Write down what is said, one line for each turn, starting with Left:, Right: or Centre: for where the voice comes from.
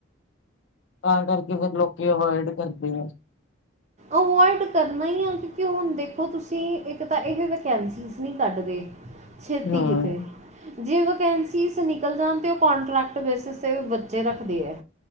Left: ਤਾਂ ਕਰਕੇ ਫੇਰ ਲੋਕੀ ਅਵੋਇਡ ਕਰਦੇ ਐ।
Right: ਅਵੋਇਡ ਕਰਨਾ ਈਆ ਕਿਉਂਕਿ, ਹੁਣ ਦੇਖੋ ਤੁਸੀਂ ਏਕ ਤਾਂ ਏਦੇ ਵੈਕੈਂਸੀਸ ਨੀਂ ਕਟਦੇ।
Left: <inaudible>
Right: ਛੇਤੀ
Left: ਹਮ
Right: ਕਿਤੇ ਜੇ ਵਸੈਂਸੀਸ ਨਿਕਲ ਜਾਣ ਤੇ ਕੌਨਟਰੈਕਟ ਬੇਸਿਸ ਤੇ ਬੱਚੇ ਰੱਖਦੇ ਐ।